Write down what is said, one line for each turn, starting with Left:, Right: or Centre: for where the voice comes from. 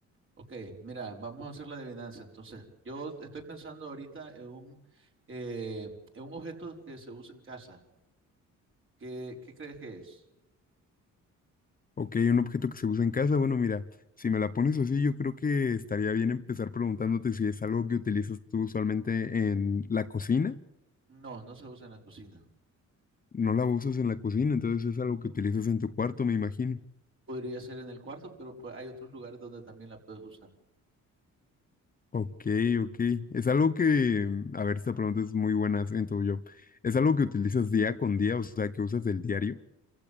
Right: ok, mira, vamos a hacer la adivinanza. Entonces, yo estoy pensando ahorita en un, eh, en un objeto que se usa en casa. ¿Qué, qué crees que es?
Left: Ok, un objeto que se usa en casa, bueno, mira, si me la pones así, yo creo que estaría bien empezar preguntándote si es algo que utilizas tú usualmente en la cocina,
Right: No, no se usa en la cocina.
Left: no la usas en la cocina, entonces es algo que utilizas en tu cuarto, me imagino.
Right: Podría ser en el cuarto, pero pues, hay otros lugares donde también la puedes usar.
Left: Ok, ok. Es algo que, mm, a ver, esta pregunta es muy buena, siento yo. ¿Es algo que utilizas día con día, o sea, que usas del diario?